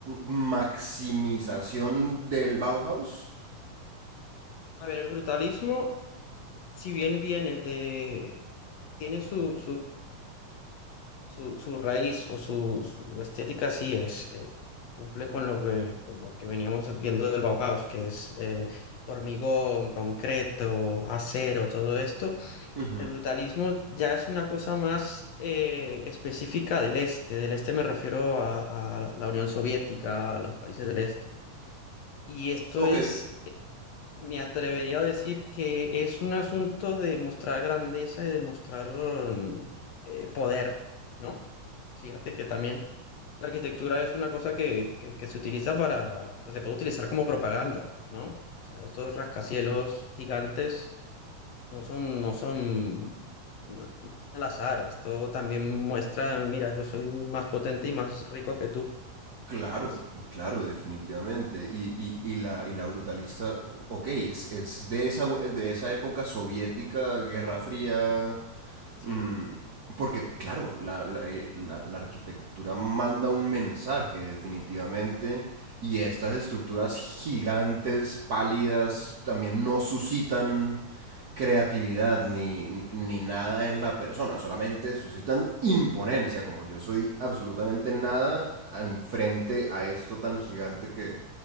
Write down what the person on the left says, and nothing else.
A ver, el brutalismo, si bien viene de... tiene su Su, su raíz o su, su estética sí es, eh, cumple con lo que, con lo que veníamos viendo del Bauhaus, que es eh, hormigón, concreto, acero, todo esto.
El brutalismo ya es una cosa más eh, específica del este. Del este me refiero a, a la Unión Soviética, a los países del este. Y esto
es me atrevería a decir que es un asunto de mostrar grandeza y de mostrar mm, eh, poder, ¿no? Fíjate que también la arquitectura es una cosa que, que- que se utiliza para, pues se puede utilizar como propaganda, ¿no? O sea, estos rascacielos gigantes no son, no son no- al azar. Esto también muestra, mira, yo soy más potente y más rico que tú.
¿Ves?
Sí,